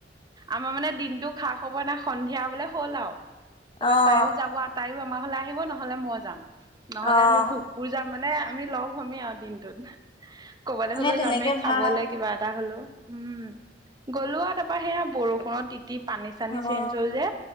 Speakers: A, on the right; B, on the left.
A: আমাৰ মানে দিনটো খা খবৰ নাই সন্ধিয়া বোলে হ'ল আওঁ তাপা
B: অ'
A: তাইও যাব তাইও আমাৰ ঘৰলে আহিব নহলে মই যাম নহলে
B: অ'
A: আমি ভোগপুৰ যাম মানে আমি লগ হমে আওঁ দিনটোত। ক'বাতে হলেও
B: সেই তেনেকে
A: যামেই খাবলে
B: ভাল
A: কিবা এটা হলো উম, গ'লো আৰু তাৰ অ, সেয়া বৰষুণত তিতি পানী চানি
B: অ'
A: চেঞ্জ হ'ল যে